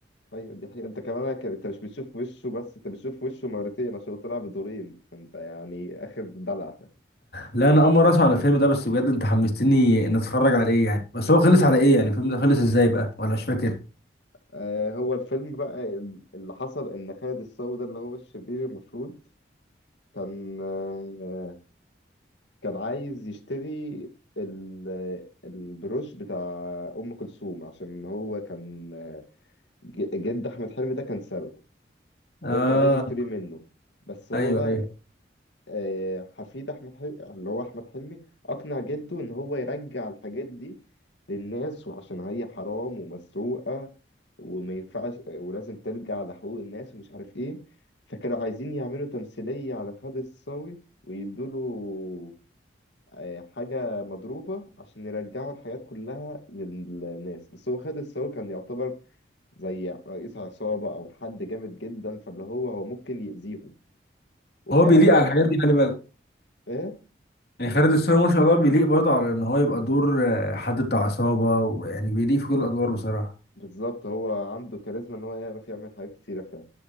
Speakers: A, on the left (about 80°); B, on the left (about 55°).
A: ايوه دي حقيقة انت كمان ك- انت مش بتشوف وشه بس انت بتشوف وشه مرتين عشان هو طلع بدورين فانت يعني اخر دلع
B: لا انا اول مره اسمع عن الفيلم ده بس بجد انت حمستني ان اتفرج على ايه يعني بس هو خلص على ايه يعني الفيلم ده خلص ازاي بقى ولا مش فاكر
A: آه، هو الفيلم بقى اللي حصل ان خالد الصاوي ده اللي هو الشرير المفروض كان آه، كان عايز يشتري ال- البروش بتاع ام كلثوم عشان هو كان آه، ج- جد احمد حلمي ده كان سارقه
B: اه
A: هو كان عايز يشتري منه بس هو
B: ايوه
A: بقى
B: ايوه
A: آه، حفيد احمد حلمي اللي هو احمد حلمي اقنع جده ان هو يرجع الحاجات دي للناس وعشان هي حرام ومسروقه وما ينفعش ولازم ترجع لحقوق الناس ومش عارف ايه فكانوا عايزين يعملوا تمثيليه على خالد الصاوي ويدوله آه، حاجه مضروبه عشان يرجعوا الحاجات كلها للناس بس هو خالد الصاوي كان يعتبر زي رئيس عصابه او حد جامد جدا فاللي هو هو ممكن يأذيهم وفعلا
B: هو بيليق على الحاجات دي خلي بالك
A: آه،
B: يعني خالد الصاوي ما شاء الله بيليق برضه على ان هو يبقى دور آه، حد بتاع عصابه ويعني بيليق في كل الادوار بصراحه
A: بالظبط هو عنده كاريزما ان هو يعرف يعمل حاجات كتيرة فعلا